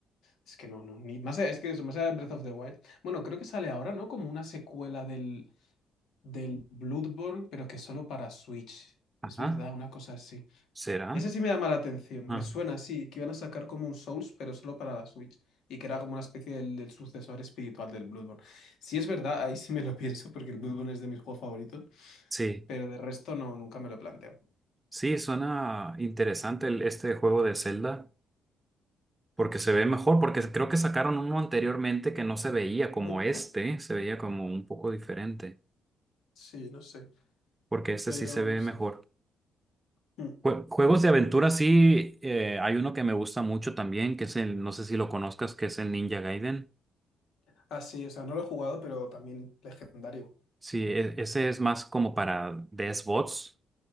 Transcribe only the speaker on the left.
es que no, no. Ni, más allá- es que eso, más allá de Breath of the Wild. Bueno, creo que sale ahora, ¿no? Como una secuela del, del Bloodborne, pero que solo para Switch.
Es verdad, una cosa así.
Ese sí me llama la atención.
Me suena así, que iban a sacar como un Souls, pero solo para la Switch. Y que era como una especie del, del sucesor espiritual del Bloodborne. Si es verdad, ahí sí me lo <laughs> pienso, porque el Bloodborne es de mis juegos favoritos.
Pero de resto no, nunca me lo planteo.
Mm.
<clears throat>
Sí, no sé.
Pero
no sé.
Mm.
Ah, sí, o sea, no lo he jugado, pero también legendario.